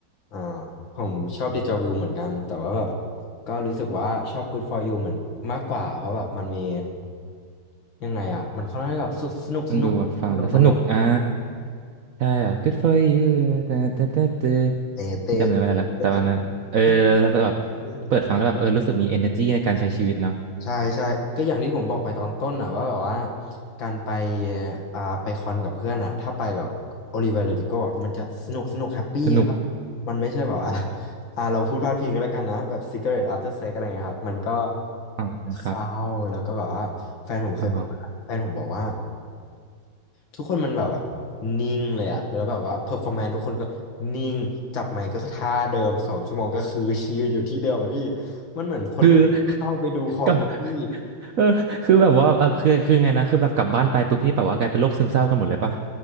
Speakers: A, on the left; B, on the right.
A: อ่าผมชอบเดจาวิวเหมือนกันแต่ว่าแบบก็รู้สึกว่าชอบ Good for You เหมือนมากกว่าเพราะแบบมันมียังไงอ่ะมันค่อนข้างที่จะสสนุกสนุกทำนองมันเร็วกว่า
B: มันดูแบบฟังแล้วสนุก อ่าใช่แบบ good for you แต่แต่แต่แต่
A: เตะเตะเตะเตะ
B: ที่จำเนื้อไม่ได้ละแต่มันนะเออแล้วแบบ
A: เตะเตะ
B: เปิดฟังแล้วแบบเออรู้สึกมี energy ในการใช้ชีวิตเนาะ
A: ใช่ใช่ก็อย่างที่ผมบอกไปตอนต้นน่ะว่าแบบว่าการไปอ่าไปคอนกับเพื่อนอ่ะถ้าไปแบบโอลิเว r ร์ดิโกอ่ะมันจะสนุกสนุกแฮปปี้ครับ
B: สนุก
A: มันไม่ใช่แบบว่า <laughs> อ่าเราพูดพลาดพิงกันแล้วกันนะแบบ cigarette after sex อะไรเงี้ยครับมันก็
B: อ๋อครับ
A: เศร้าแล้วก็แบบว่าแฟนผมเคยไปแฟนผมบอกว่า
B: อ๋อ
A: ทุกคนมันแบบว่านิ่งเลยอะแล้วแบบว่าเพอร์ฟอร์แมนซ์ทุกคนก็นิ่งจับไมค์ก็ท่าเดิมสองชั่วโมงก็คือ <laughs> ยืนอยู่ที่เดิมอะพี่มันเหมือนคนเป็นเข้าไปดูคอนนะพี่
B: คือ <laughs> กลับเออคือแบบว่าเออคือคือไงนะคือแบบกลับบ้านไปปุ๊บนี่แบบว่ากลายเป็นโรคซึมเศร้ากันหมดเลยปะ